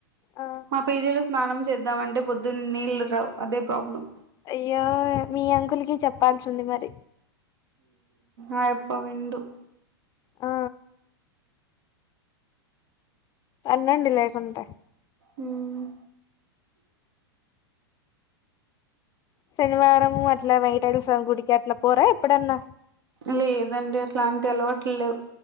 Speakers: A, on the left (about 30°); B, on the right (about 70°).
A: ఆ
B: మా పేజీలో స్నానం చేద్దాం అంటే పొద్దున్న నీళ్ళ రావు అదే ప్రాబ్లం
A: అయ్యో మీ అంకులకి చెప్పాల్సింది మరి
B: ఆ ఎప్ప వింన్డు
A: ఆ అనండి లేకుంటే
B: మ్మ్
A: సెనివారము అట్లా వైటల్స్ సామి గుడికి అట్లా పోరా ఎప్పుడన్నా
B: లేదండి అట్లాంటి అలవాట్లు లేవు